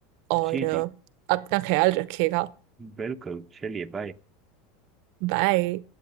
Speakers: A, on the right; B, on the right.
A: और
B: जी
A: अ,
B: जी
A: अपना ख्याल रखिएगा
B: बिल्कुल चलिए बाय
A: बाय